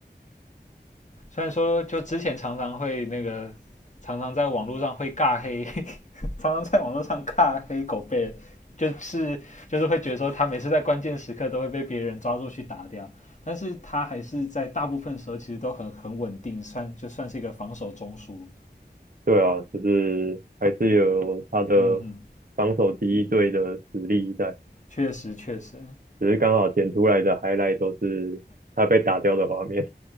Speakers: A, on the left; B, on the right.
A: 虽然说就之前常常会那个，常常在网络上会尬黑，<laughs> 常常在网络上尬黑狗贝尔就是就是会觉得说他每次在关键时刻都会被别人抓住去打掉，但是他还是在大部分时候其实都很很稳定，算就算是一个防守中枢。
B: 对啊，就是还是有他的
A: 嗯哼，
B: 防守第一队的实力在。
A: 确实确实，
B: 只是刚好剪出来的 highlight 都是他被打掉的画面。